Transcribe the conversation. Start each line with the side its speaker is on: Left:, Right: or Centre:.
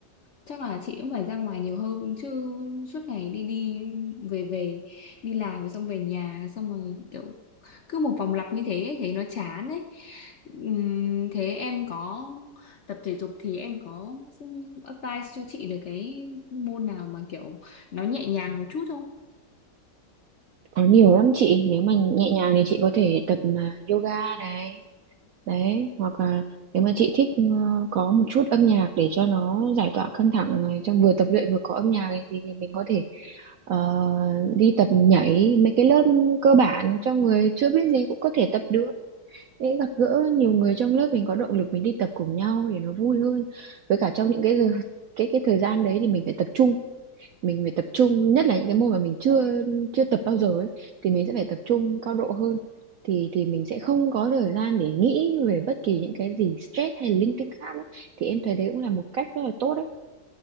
Left: Chắc là chị cũng phải ra ngoài nhiều hơn chứ suốt ngày đi đi về về đi làm xong về nhà xong rồi kiểu cứ một vòng lặp như thế ấy, thấy nó chán ấy. Ừm, thế em có tập thể dục thì em có advice cho chị được cái môn nào mà kiểu nó nhẹ nhàng một chút không?
Right: có nhiều lắm chị nếu mà nhẹ nhàng thì chị có thể tập mà yoga này đấy hoặc là nếu mà chị thích ờ, có một chút âm nhạc để cho nó giải tỏa căng thẳng này, trong vừa tập luyện vừa có âm nhạc này, thì, thì mình có thể ờ, đi tập nhảy mấy cái lớp cơ bản cho người chưa biết gì cũng có thể tập được Để gặp gỡ nhiều người trong lớp mình có động lực mình đi tập cùng nhau để nó vui hơn với cả trong những cái giờ- cái cái thời gian đấy thì mình phải tập trung mình phải tập trung nhất là những cái môn mà mình chưa chưa tập bao giờ ấy thì mình sẽ phải tập trung cao độ hơn thì thì mình sẽ không có thời gian để nghĩ về bất kỳ những cái gì stress hay linh tinh khác ấy thì em thấy đấy cũng là một cách rất là tốt đấy